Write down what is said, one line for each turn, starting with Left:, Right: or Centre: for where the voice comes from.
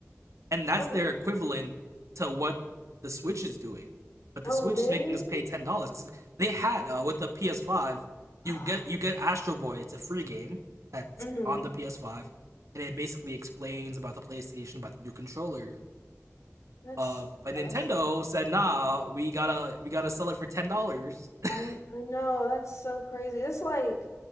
Right: and that's
Left: Oh,
Right: their equivalent to what the Switch is doing. But the
Left: oh,
Right: Switch
Left: really?
Right: is making us pay ten dollars because they had uh, with the PS5, you
Left: Oh,
Right: get you get Astro Boy. It's a free game that's
Left: <sighs> mm-hmm.
Right: on the PS5, and it basically explains about the PlayStation, about the new controller.
Left: That's
Right: Uh, but Nintendo
Left: oh, that's
Right: said, "Nah, we gotta we gotta sell it for ten dollars." <laughs>
Left: I I know that's so crazy. It's like